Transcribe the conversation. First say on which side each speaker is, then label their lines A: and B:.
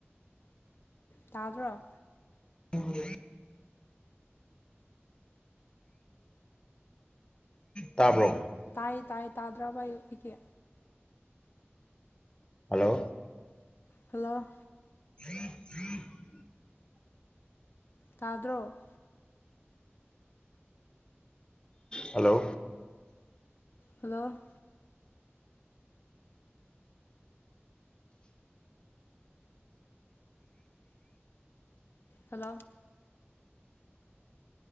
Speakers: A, on the left; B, on the left.
A: ꯇꯥꯗ꯭ꯔꯣ
B: <unintelligible> ꯇꯥꯕ꯭ꯔꯣ
A: ꯇꯥꯏ ꯇꯥꯏ ꯇꯥꯗ꯭ꯔꯕ ꯑꯩꯀꯤ
B: ꯍꯜꯂꯣ
A: ꯍꯜꯂꯣ
B: <inaudible>
A: ꯇꯥꯗ꯭ꯔꯣ
B: ꯍꯜꯂꯣ
A: ꯍꯜꯂꯣ ꯍꯜꯂꯣ